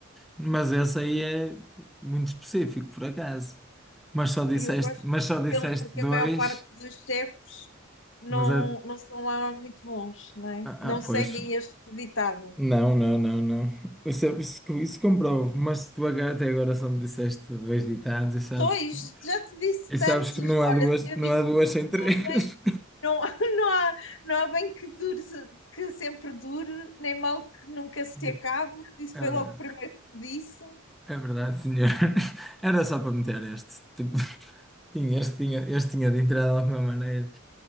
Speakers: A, in the centre; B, on the left.
A: Mas essa aí é muito específico, por acaso. Mas só disseste,
B: Eu gosto
A: mas
B: muito
A: só disseste
B: dele porque
A: dois,
B: a maior parte dos chefes não,
A: mas a,
B: não são lá muito bons, não é?
A: ah,
B: Não
A: ah,
B: seguem
A: pois,
B: este ditado.
A: Não, não, não, não. Isso, é- isso, isso comprovo. Mas tu agora- até agora só me disseste dois ditados e sabes
B: Dois,
A: que,
B: já te disse
A: e
B: tantos.
A: sabes que não há
B: Olha,
A: duas,
B: eu
A: não
B: disse
A: há duas sem três.
B: bem Não, <laughs> não há, não há bem que dure, se- que sempre dure, nem mal que nunca se
A: <laughs>
B: acabe. Isso
A: é
B: foi
A: verdade.
B: logo o primeiro que te disse.
A: É verdade, senhor. <laughs> Era só para meter este. Tipo, <laughs> tinha, este, tinha, este tinha de entrar de alguma maneira.